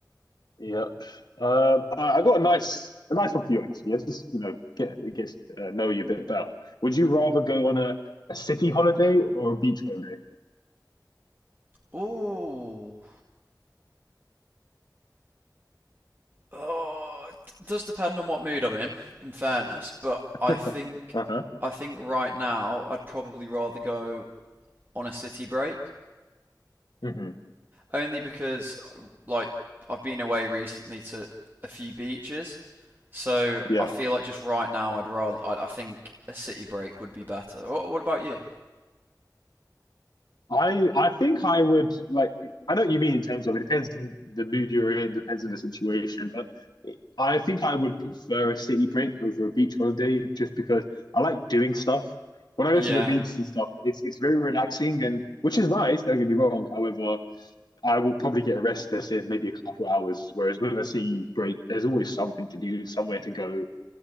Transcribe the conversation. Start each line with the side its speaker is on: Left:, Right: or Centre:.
Left: yeah. Um, I, I got a nice, a nice one for you actually. Yeah, just you know, get get uh, know you a bit better. Would you rather go on a, a city holiday or a beach holiday?
Right: Ooh, oh, it does depend on what mood I'm in. In fairness, but
Left: <laughs>
Right: I think
Left: Uh-huh.
Right: I think right now I'd probably rather go on a city break.
Left: hmm
Right: Only because like I've been away recently to a few beaches, so
Left: Yeah.
Right: I feel like just right now I'd rather I, I think a city break would be better. What, what about you?
Left: I I think I would like I know what you mean in terms of it depends on the mood you're in, depends on the situation, but I think I would prefer a city break over a beach holiday just because I like doing stuff. When I go
Right: Yeah,
Left: to the beach and stuff, it's it's very relaxing and which is nice, don't get me wrong. However, I will probably get restless in maybe a couple hours, whereas with a city break, there's always something to do, somewhere to go.